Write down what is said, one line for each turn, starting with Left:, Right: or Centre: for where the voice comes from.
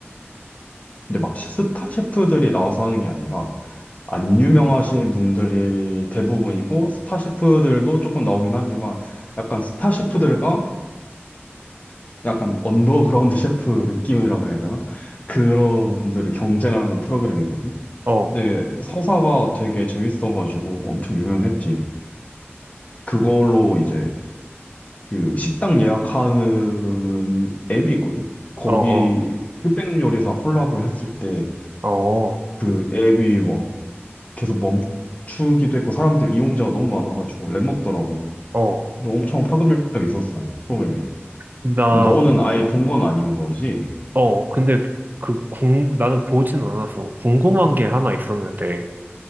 Left: 근데 막 스타 셰프들이 나와서 하는 게 아니라 안 유명하신 분들이 대부분이고 스타 셰프들도 조금 나오긴 하지만 약간 스타 셰프들과 약간 언더그라운드 셰프 느낌이라 그래야 되나? 그런 분들이 경쟁을 하는 프로그램이거든.
Right: 어, 어,
Left: 근데 서사가 되게 재밌어가지고 엄청 유명했지. 그걸로 이제 그 식당 예약하는 앱이 있거든. 거기
Right: 어, 어,
Left: 흑백 요리사 콜라보를 했을 때
Right: 어,
Left: 그 앱이 막 계속 멈추기도 했고 사람들 이용자가 너무 많아가지고 렉 먹더라고.
Right: 어.
Left: 근데 엄청 파급력이 있었어 프로그램이.
Right: 나,
Left: 너는 아예 본 건 아닌 거지?
Right: 어, 근데 그 궁, 나는 보진 않아서 궁금한 게 하나 있었는데